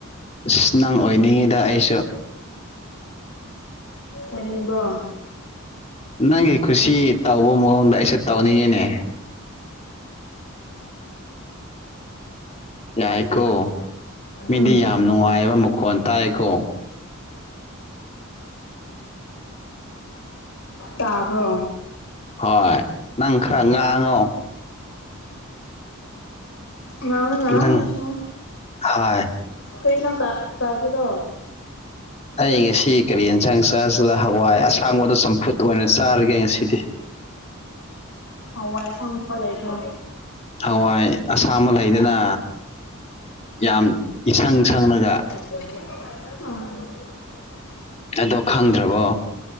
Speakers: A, on the left; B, on the left.
A: ꯑꯁ ꯅꯪ ꯑꯣꯏꯅꯤꯡꯉꯤꯗ ꯑꯩꯁꯨ
B: ꯑꯣꯏꯅꯤꯡꯕꯔꯣ꯫
A: ꯅꯪꯒꯤ ꯈꯨꯁꯤ ꯇꯧꯕ ꯃꯑꯣꯡꯗ ꯑꯩꯁꯨ ꯇꯧꯅꯤꯡꯉꯤꯅꯦ ꯌꯥꯏꯀꯣ ꯃꯤꯗꯤ
B: ꯎꯝ
A: ꯌꯥꯝ ꯅꯨꯡꯉꯥꯏꯕ ꯃꯈꯣꯟ ꯇꯥꯏꯀꯣ
B: ꯇꯥꯕ꯭ꯔꯣ
A: ꯍꯣꯏ ꯅꯪ ꯈꯔ ꯉꯥꯡꯉꯣ
B: ꯉꯥꯡꯉꯅ
A: ꯅꯪ
B: ꯉꯁ
A: ꯍꯣꯏ
B: ꯀꯔꯤ ꯏꯟꯁꯡ ꯆꯥꯒꯦꯔꯣ
A: ꯑꯩ ꯉꯁꯤ ꯀꯔꯤ ꯌꯦꯟꯁꯥꯡ ꯆꯥꯁꯤꯔꯥ ꯍꯋꯥꯏ ꯑꯁꯥꯡꯕꯗꯣ ꯆꯝꯐꯨꯠ ꯑꯣꯏꯅ ꯆꯥꯔꯒꯦ ꯉꯁꯤꯗꯤ
B: ꯍꯋꯥꯏ ꯑꯁꯪꯕ ꯂꯩꯕ꯭ꯔꯥ
A: ꯍꯋꯥꯏ ꯑꯁꯥꯝꯕ ꯂꯩꯗꯅ ꯌꯥꯝ ꯏꯁꯪ ꯁꯪꯉꯒ
B: ꯑ
A: ꯑꯗꯣ ꯈꯪꯗ꯭ꯔꯕꯣ